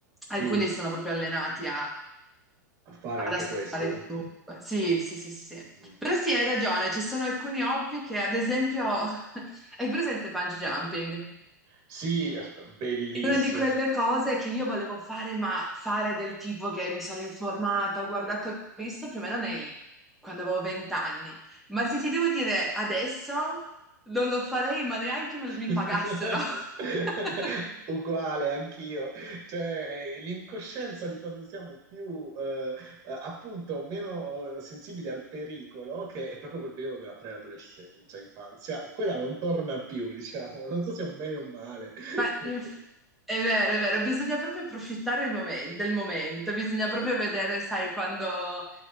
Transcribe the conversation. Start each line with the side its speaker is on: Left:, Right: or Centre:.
Centre: alcuni
Right: Sì,
Centre: sono proprio allenati
Right: a fare
Centre: ad
Right: anche
Centre: ascoltare
Right: questo, però.
Centre: chiunque. Sì, sì, sì, sì. sì.
Right: Mm.
Centre: Però sì, hai ragione, ci sono alcuni hobby che, ad esempio, <laughs> hai presente bungee jumping?
Right: Sì, eh, bellissimo.
Centre: È una di quelle cose che io volevo fare, ma fare del tipo che mi sono informata, ho guardato e visto più o meno nei... quando avevo vent'anni. Ma se ti devo dire adesso, non lo farei, ma neanche me- mi
Right: <laughs>
Centre: pagassero. <laughs>
Right: Uguale, anch'io. Cioè, eh, l'incoscienza di quando siamo più, eh, eh, appunto, meno eh, sensibili al pericolo, che è proprio quel periodo della preadolescenza, infanzia, quella non torna più, diciamo. Non so se è un bene o un male. <laughs>
Centre: Ma inf- è vero, è vero, bisogna proprio approfittare il momen- del momento, bisogna
Right: Non
Centre: proprio
Right: so.
Centre: vedere, sai, quando,